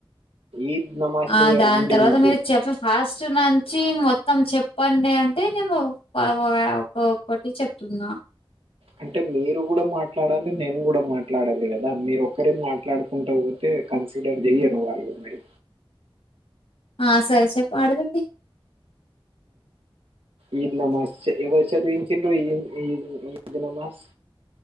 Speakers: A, on the right (about 85°); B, on the left (about 85°).
A: ఈద్ నమాజ్
B: ఆ
A: చెయ్యరా
B: దాని
A: అండి
B: తర్వాత
A: మళ్ళీ
B: మీరు చెప్పే ఫాస్ట్ ఫట్ నుంచి మొత్తం చెప్పండి అంటే నేను ఆ ఒక ఒకక్కటి చెప్తున్నా
A: అంటే మీరు కూడా మాట్లాడాలి నేను కూడా మాట్లాడాలి కదా మీరు ఒక్కరే మాట్లాడుకుంటూ పోతే కన్సిడర్ చెయరు వాళ్ళు మీరు
B: ఆ సరే చెప్ప ఆడుదండి.
A: ఈనల్మస్తే ఎవరుచదివించుండ్రు ఈ యో ఈల్లు ఈళ్ళునమాస్